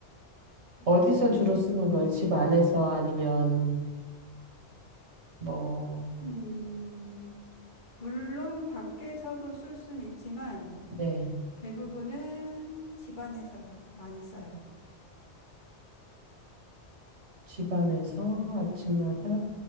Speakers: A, on the right; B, on the left.
A: 어디서 주로 쓰는 거예요? 집 안에서 아니면, 뭐,
B: 음, 물론 밖에서도 쓸 수는 있지만,
A: 네.
B: 대부분은 집안에서 많이 써요.
A: 집 안에서 아침마다